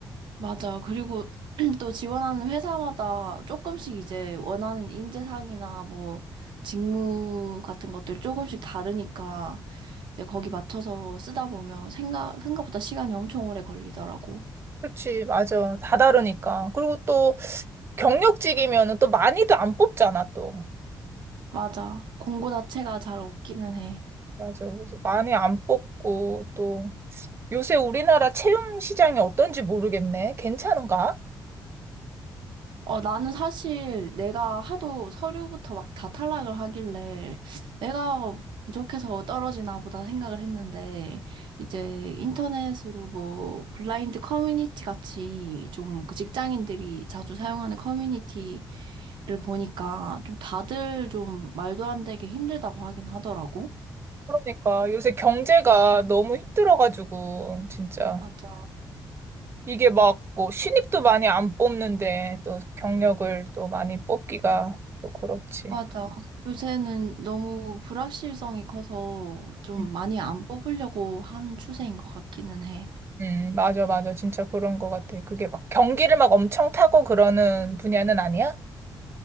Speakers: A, on the right; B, on the right.
A: 맞아. 그리고 <clears throat> 또 지원하는 회사마다 조금씩 이제 원하는 인재상이나 뭐 직무 같은 것들이 조금씩 다르니까 이제 거기 맞춰서 쓰다 보면 생각, 생각보다 시간이 엄청 오래 걸리더라고.
B: 그치, 맞아. 다 다르니까. 그리고 또 경력직이면은 또 많이도 안 뽑잖아, 또.
A: 맞아. 공고 자체가 잘 없기는 해.
B: 맞아. 그래서 많이 안 뽑고 또 요새 우리나라 채용 시장이 어떤지 모르겠네. 괜찮은가?
A: 어, 나는 사실 내가 하도 서류부터 막 다 탈락을 하길래 내가 부족해서 떨어지나 보다 생각을 했는데 이제 인터넷으로 뭐 블라인드 커뮤니티 같이 좀 그 직장인들이 자주 사용하는 커뮤니티를 보니까 좀 다들 좀 말도 안 되게 힘들다고 하긴 하더라고.
B: 그러니까 요새 경제가 너무 힘들어가지고 진짜.
A: 맞아.
B: 이게 막 뭐 신입도 많이 안 뽑는데 또 경력을 또 많이 뽑기가 또 그렇지.
A: 맞아. 요새는 너무 불확실성이 커서 좀
B: 음,
A: 많이 안 뽑으려고 하는 추세인 것 같기는 해.
B: 음, 맞아, 맞아. 진짜 그런 것 같아. 그게 막 경기를 막 엄청 타고 그러는 분야는 아니야?